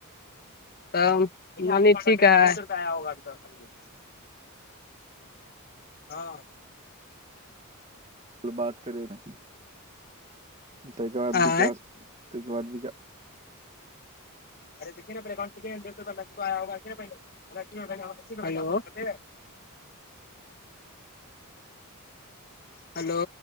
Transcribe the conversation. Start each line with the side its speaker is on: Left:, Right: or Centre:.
Left: तब मम्मी ठीकै हैय हँ
Right: बात करे न ताहिके बाद
Left: आँय
Right: विकास ताहिके बाद
Left: हेलो हेलो